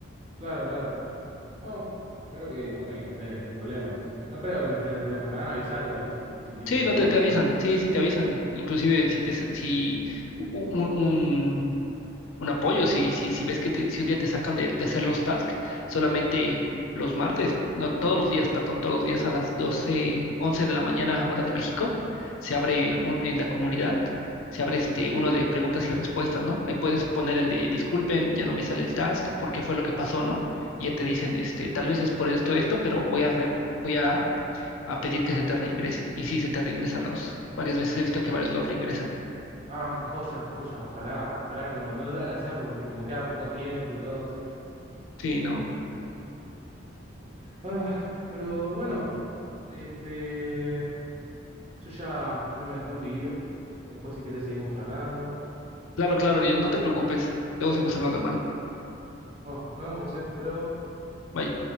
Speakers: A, on the right; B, on the left.
A: claro, claro. Bueno, espero que no me genere ningún problema, entonces. No creo que me genere problemas, me van a avisar igual, ¿no? Si, si tienen
B: Sí,
A: problemas.
B: no te, te
A: ¿eh?
B: avisan, sí, sí te avisan. Inclusive si te sa- si un, un un apoyo. Si, si, si ves que te- si un día te sacan de, de hacer los tasks, solamente los martes, no, todos los días, perdón, todos los días a las 12 11 de la mañana, hora de México, se abre un, en la comunidad, se abre este, uno de preguntas y respuestas, ¿no? Ahí puedes poner el de disculpen, ya no me sale el task, ¿por qué fue lo que pasó, no? Y ya te dicen, este, tal vez es por esto, esto, pero voy a, re- voy a, a pedir que se te reingrese. Y sí, se te reingresan los, varias veces he visto que varios los reingresan.
A: Ah, joya, joya, ojalá, ojalá que no, no tenga que hacerlo, porque como queda poco tiempo y todo encima.
B: Sí, no.
A: Ah, pero bueno, este, yo ya, ya me tengo que ir. Después si querés seguimos hablando.
B: Claro, claro, Ariel, no te preocupes. Luego seguimos
A: Eh,
B: hablando, hermano.
A: bueno, nos vemos, José. Hasta luego.
B: Bye.